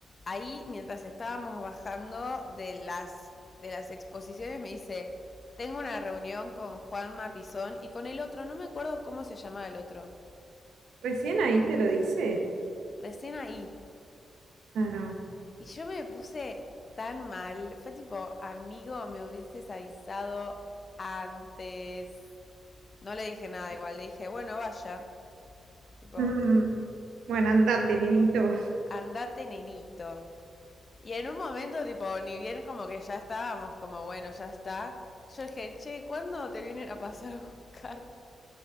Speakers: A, on the left; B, on the right.
A: ahí mientras estábamos bajando de las, de las exposiciones me dice, tengo una reunión con Juan Mapizón y con el otro, no me acuerdo cómo se llamaba el otro,
B: Recién ahí te lo dice.
A: recién ahí.
B: Ah, no.
A: Y yo me puse tan mal, fue tipo, amigo, me hubieses avisado antes. No le dije nada igual, le dije, bueno, vaya, tipo,
B: <laughs> Bueno, andate, nenito.
A: andate nenito. Y en un momento, tipo, ni bien como que ya estábamos, como bueno, ya está. Yo dije, che, ¿cuándo te vienen a pasar a buscar?